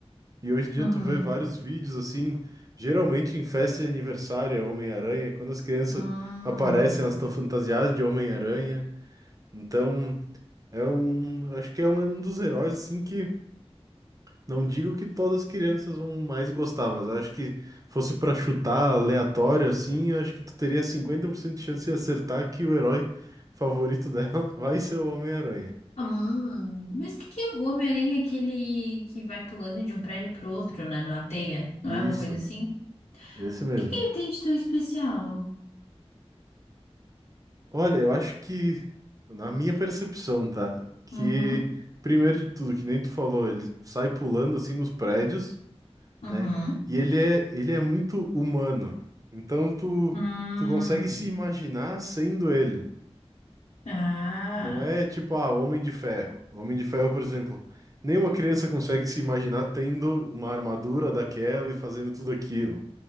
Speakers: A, on the right; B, on the left.
A: E hoje em dia
B: uhum.
A: tu vê vários vídeos assim, geralmente em festa de aniversário é Homem-Aranha, quando as crianças
B: Hum.
A: aparecem, elas estão fantasiadas de Homem-Aranha. Então, é um, acho que é um um dos heróis assim que Não digo que todas as crianças vão mais gostar, mas eu acho que fosse pra chutar aleatório assim, eu acho que tu teria 50% de chance de acertar que o herói favorito dela <laughs> vai ser o Homem-Aranha.
B: Hum. Mas o que que é o Homem-Aranha aquele que vai pulando de um prédio pro outro, né? Numa teia? Não
A: Isso,
B: é uma coisa assim?
A: esse mesmo.
B: O que que ele tem de tão especial?
A: Olha, eu acho que, na minha percepção, tá? Que,
B: Uhum.
A: primeiro de tudo, que nem tu falou, ele sai pulando assim nos prédios,
B: Uhum.
A: né? E ele é, ele é muito humano. Então tu,
B: Hum.
A: tu consegue se imaginar sendo ele.
B: Ah.
A: Não é tipo, ah, Homem de Ferro. Homem de Ferro, por exemplo, nenhuma criança consegue se imaginar tendo uma armadura daquela e fazendo tudo aquilo.